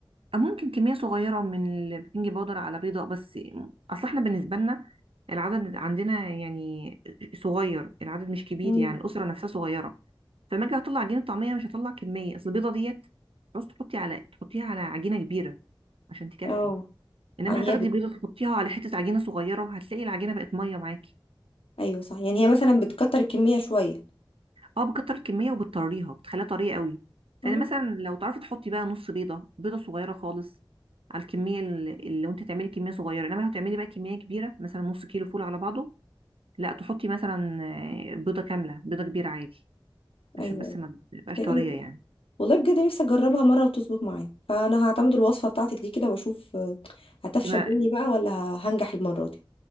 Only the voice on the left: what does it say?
مم.
اه
يعني
هي
ايوه صح يعني هي مثلا بتكتر الكميه شويه
اه
ايوه
بتقلي
كده
والله بجد نفسي اجربها مره وتظبط معايا فانا هعتمد الوصفه بتاعتك دي كده واشوف آه، هتفشل
مني بقى ولا ه- هنجح المره دي